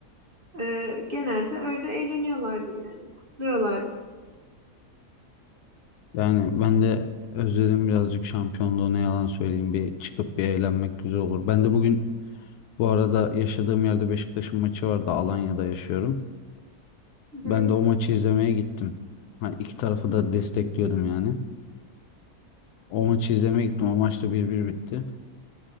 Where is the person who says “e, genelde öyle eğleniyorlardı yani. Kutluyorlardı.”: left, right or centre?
Right